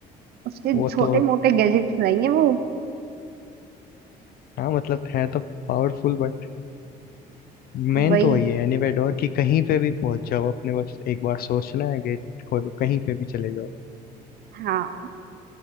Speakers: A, on the right; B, on the left.
A: उसके
B: वो
A: छोटे
B: तो
A: मोटे गैजेट्स रहेंगे वो
B: हाँ मतलब है तो पावरफुल बट मेन
A: वही
B: तो वही है एनिमेडोर कि कहीं पे भी पहुंच जाओ अपने बस एक बार सोचना है गेट खोलो कहीं पे भी चले जाओ
A: हाँ